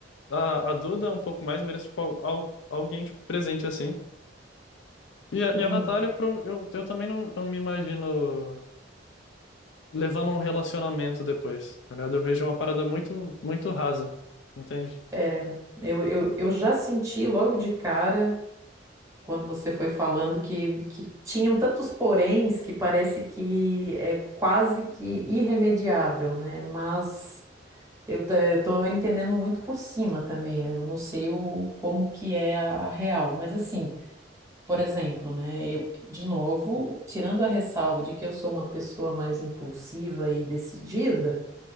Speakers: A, on the left; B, on the right.
A: A, a Duda um pouco mais merece, tipo, al- al- alguém tipo, presente assim. E a,
B: uhum,
A: e a Natália, pro- eu, eu também não, não me imagino levando um relacionamento depois, tá ligado? Eu vejo uma parada muito, muito rasa, entende?
B: é, eu, eu, eu já senti logo de cara. quando você foi falando que, que tinham tantos poréns que parece que é quase que irremediável, né? Mas eu estou entendendo muito por cima também. Eu não sei o, como que é a, a real, mas assim, por exemplo, né? Eu, de novo, tirando a ressalva de que eu sou uma pessoa mais impulsiva e decidida,